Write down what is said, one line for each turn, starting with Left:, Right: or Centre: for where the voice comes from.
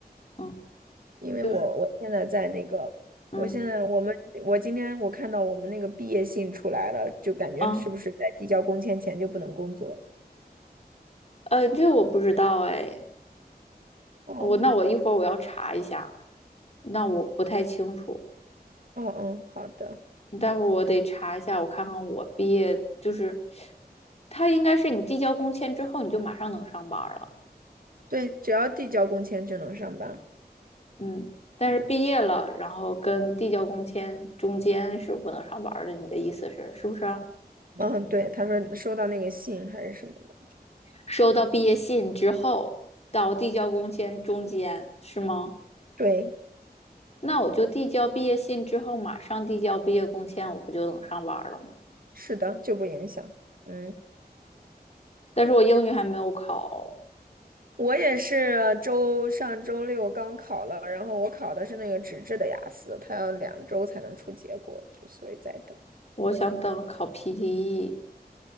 Left: 嗯，
Right: 因为我我现在在那个，
Left: 就是嗯
Right: 我现在我们我今天我看到我们那个毕业信出来了，就感觉是不是在递交工签前就不能工作了？
Left: 啊呃，这个我不知道哎，
Right: 哦，
Left: 我那我一会儿我要查一下，那我不太清楚，
Right: 哦哦，好的，
Left: 待会儿我得查一下，我看看我毕业就是，他应该是你递交工签之后你就马上能上班儿了，
Right: 对，只要递交工签就能上班。
Left: 嗯，但是毕业了，然后跟递交工签中间是不能上班儿的，你的意思是是不是啊
Right: 嗯，对，他说收到那个信还是什么的，
Left: 收到毕业信之后到递交工签中间是吗？
Right: 对，
Left: 那我就递交毕业信之后，马上递交毕业工签，我不就能上班儿了吗？
Right: 是的，就不影响。嗯。
Left: 但是我英语还没有考，
Right: 我也是周上周六刚考了，然后我考的是那个纸质的雅思，它要两周才能出结果，就所以在等。
Left: 我想等考 PTE。